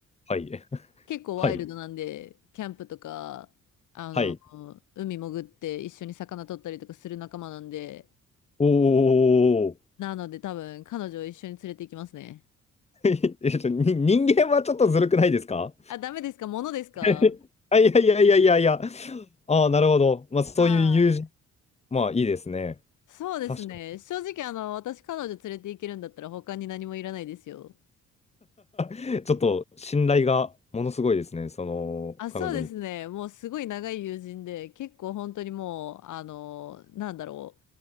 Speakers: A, on the left; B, on the left.
A: はい、<laughs>
B: 結構ワイルドなんで、
A: はい、
B: キャンプとか、あの、
A: はい。
B: 海潜って一緒に魚取ったりとかする仲間なんで、
A: おー。
B: なので多分彼女を一緒に連れて行きますね。
A: <laughs> えっとに人間はちょっとずるくないですか
B: あ、ダメですか物ですか
A: <laughs> あ、いやいやいやいやいや。ああ、なるほど。まあ、そういう友人、
B: はーい。
A: まあ、いいですね。
B: そうですね。
A: 確かに。
B: 正直、あの、私彼女連れて行けるんだったら他に何もいらないですよ。
A: <laughs> ちょっと信頼がものすごいですね。その、
B: あ、そうですね。
A: 彼女に。
B: もうすごい長い友人で、結構本当にもう、あの、なんだろ